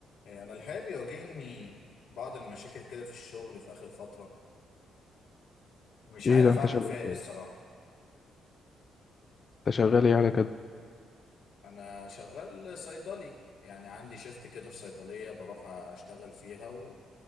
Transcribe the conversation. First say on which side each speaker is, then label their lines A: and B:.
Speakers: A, on the left; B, on the left.
A: إيه، انا الحقيقه بيواجهني بعض المشاكل كده في الشغل في اخر فتره مش
B: ايه
A: عارف
B: ده انت
A: اعمل
B: شغال
A: فيها ايه
B: كده
A: الصراحه
B: انت شغال ايه على كده
A: انا شغال صيدلي يعني عندي شيفت كده في صيدليه بروح اشتغل فيها و-